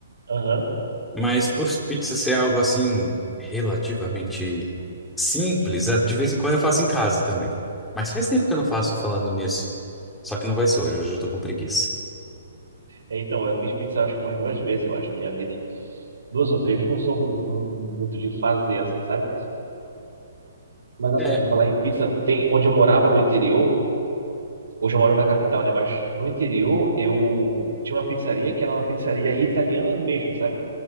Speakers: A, on the right; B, in the centre.
A: Aham.
B: Mas por pizza ser algo assim, relativamente simples, eh, de vez em quando eu faço em casa também. Mas faz tempo que eu não faço falando nisso. Só que não vai ser hoje, hoje eu tô com preguiça.
A: Então, eu fiz pizza acho que umas duas vezes, eu acho, na minha vida. Duas ou três, não sou mu- mu- muito de fazer, assim, sabe? Mas assim,
B: É.
A: por falar em pizza, tem onde eu morava no interior, hoje eu moro na capital, né? Mas no interior eu tinha uma pizzaria que era uma pizzaria italiana mesmo, sabe?